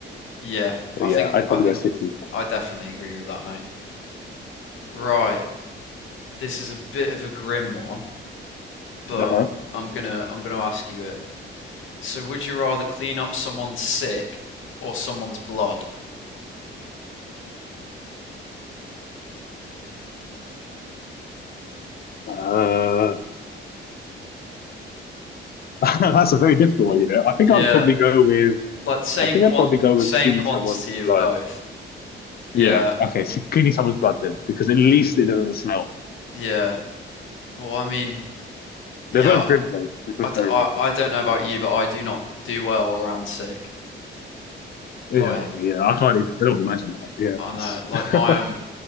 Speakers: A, on the left; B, on the left.
A: yeah.
B: But
A: I think
B: yeah, I'd
A: I
B: probably
A: think
B: go city.
A: I definitely agree with that, mate. Right, this is a bit of a grim one, but
B: Uh-huh.
A: I'm gonna I'm gonna ask you it. So, would you rather clean up someone's sick or someone's blood?
B: Uh <laughs> That's a very difficult one, you know. I think
A: Yeah,
B: I'll probably go with,
A: like same
B: I think
A: quant
B: I'd probably go
A: same
B: with cleaning
A: quantity
B: someone's
A: of
B: blood.
A: both. Yeah,
B: Yeah. Okay. So cleaning someone's blood then, because at least it doesn't smell.
A: yeah. Well, I mean, yeah,
B: They're both grim though. They're both
A: I, d-
B: very
A: I,
B: grim.
A: I don't know about you, but I do not do well around sick.
B: Yeah.
A: Like,
B: Yeah. I can't even. I don't imagine that. Yeah.
A: I know, like my um,
B: <laughs>